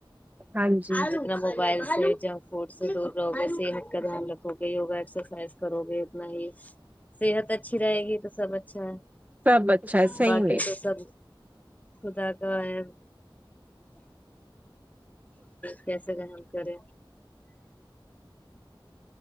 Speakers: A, on the right (about 20°); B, on the left (about 15°).
A: ہاں جی
B: آگ نا موبائل ج فوڈ سے دور رہو گے صحت کا دھیان رکھو گے وگا ایکسرسائز کرو گے اتنا ہی صحت اچھی رہے گی تو سب اچھا ہے
A: سب اچھا ہے صحی
B: باقی
A: میں
B: تو سب خدا کا ہے کیسے کا ہم کرے